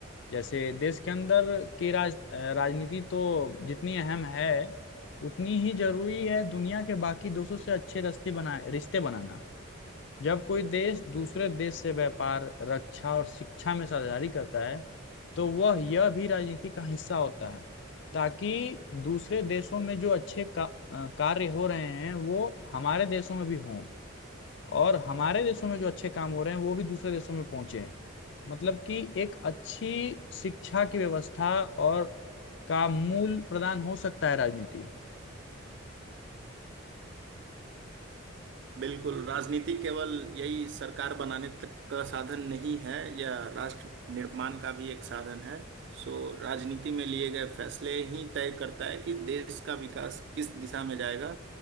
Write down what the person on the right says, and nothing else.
बिल्कुल राजनीति केवल यही सरकार बनाने तक का साधन नहीं है यह राष्ट्र निर्माण का भी एक साधन है सो राजनीति में लिए गए फैसले ही तय करता है कि देश का विकास किस दिशा में जाएगा